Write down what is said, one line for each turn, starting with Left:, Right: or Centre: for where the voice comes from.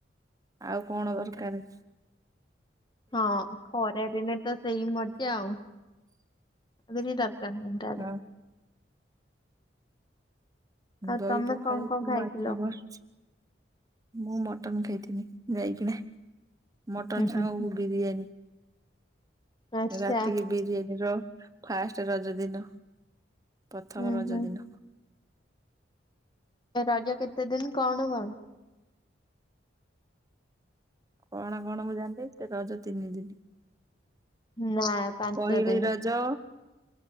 Right: ଆଉ କଣ ଦରକାରେ
Left: ହଁ ଖରା ଦିନେ ତ ସେଇ ମଜା ଆଉ ଏବିରି ଦରକାର ମୁଣ୍ଡାର।
Right: ହଁ
Left: ଆଉ
Right: ଦହି
Left: ତମେ
Right: ପଖାଳ
Left: କଣ କଣ
Right: କୁ
Left: ଖାଇଥିଲ?
Right: ମାଛ ବସଚ୍‌ ମୁଁ ମ ମଟନ ଖାଇଥିଲି ଯାଇକିନା। ମଟନ
Left: ହୁଁ
Right: ସାଙ୍ଗକୁ
Left: ହୁଁ ହୁଁ।
Right: ବିରିୟାନୀ
Left: ଆଚ୍ଛା
Right: ରାତିକି ବିରିୟାନୀ ର ଫାଷ୍ଟ ରଜ ଦିନ ପ୍ରଥମ
Left: ହୁଁ
Right: ରଜ
Left: ହୁଁ
Right: ଦିନ <inaudible>
Left: ରଜ କେତେ ଦିନ କଣ କଣ?
Right: କଣ କଣ ମୁଁ ଜାଣିନି ରଜ ତିନି ଦିନି।
Left: ନା ପାଞ୍ଚ
Right: ପହିଲି
Left: ଦିନି।
Right: ରଜ।